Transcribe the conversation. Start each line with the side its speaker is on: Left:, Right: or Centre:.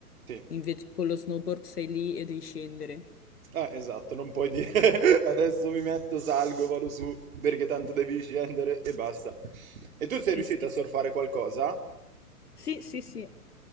Right: sì.
Left: Invece con lo snowboard sei lì e devi scendere.
Right: Eh, esatto, non puoi dire <laughs> adesso mi metto, salgo, vado su perché tanto devi scendere e basta. E tu sei
Left: Sì,
Right: riuscito
Left: sì.
Right: a surfare qualcosa?
Left: Sì, sì, sì,